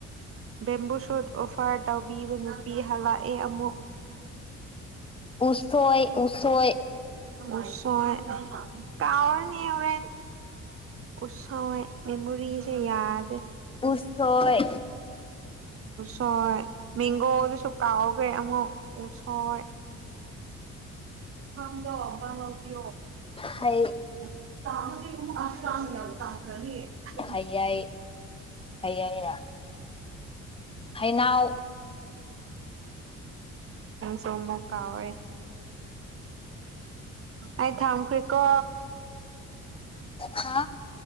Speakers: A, on the right; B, on the left.
A: ꯕꯦꯝꯕꯨ ꯁꯨꯠ ꯑꯣꯐꯔ ꯇꯧꯕꯤꯕ ꯅꯨꯄꯤ ꯍꯜꯂꯛꯑꯦ ꯑꯃꯨꯛ
B: ꯎꯁꯣꯏ ꯑꯣꯁꯣꯏ
A: ꯎꯁ ꯍꯣꯏ ꯀꯥꯎꯑꯦ ꯅꯦ ꯍꯨꯔꯦꯟ ꯎꯁꯣꯏ ꯃꯦꯃꯣꯔꯤꯁꯦ ꯌꯥꯗꯦ
B: ꯎꯁꯣꯏ
A: ꯍꯣꯏ ꯃꯦꯡꯒꯣꯗꯨꯁꯨ ꯀꯥꯎꯈ꯭ꯔꯦ ꯑꯃꯨꯛ ꯎ ꯁꯣꯏ ꯍꯣꯏ
B: ꯍꯩ
A: <unintelligible> <unintelligible> <unintelligible>
B: ꯍꯩꯌꯥꯏ ꯍꯩ ꯍꯩꯔꯥ ꯍꯩꯅꯧ
A: ꯆ ꯃꯨꯛ ꯀꯥꯎꯔꯦ ꯑꯩ ꯊꯝꯈ꯭ꯔꯦꯀꯣ
B: ꯍꯥꯥ